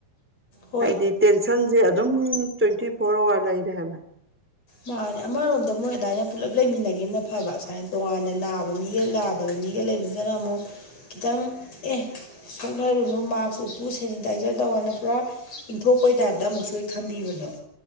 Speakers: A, on the left; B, in the centre.
A: ꯍꯣꯏ
B: ꯍꯥꯏꯗꯤ ꯇꯦꯟꯁꯟꯖꯦ ꯑꯗꯨꯝ ꯇ꯭ꯋꯦꯟꯇꯤ ꯐꯣꯔ ꯑꯥꯋꯥꯔ ꯂꯩꯔꯦ ꯍꯥꯏꯕ
A: ꯃꯥꯅꯤ ꯑꯃꯔꯣꯝꯗ ꯃꯣꯏ ꯑꯗꯥꯏꯅ ꯄꯨꯜꯂꯞ ꯂꯩꯃꯤꯟꯅꯒꯤꯕꯅ ꯐꯕ ꯁꯥꯏꯅ ꯇꯣꯉꯥꯟꯅ ꯅꯥꯕ ꯃꯤꯒ ꯅꯥ ꯗꯕ ꯃꯤꯒ ꯂꯩꯕꯖꯤꯅ ꯑꯃꯨꯛ ꯈꯤꯇꯪ ꯑꯦ ꯁꯣꯛꯅꯔꯨꯅꯨ ꯃꯥꯛꯁ ꯎꯞꯄꯨ ꯁꯦꯅꯤꯇꯥꯏꯖꯔ ꯇꯧꯑꯣꯅ ꯄꯨꯔꯥ ꯏꯟꯊꯣꯛꯄꯩ ꯇꯥꯏꯞꯇ ꯑꯃꯨꯛꯁꯨ ꯍꯦꯛ ꯊꯝꯕꯤꯕꯗꯣ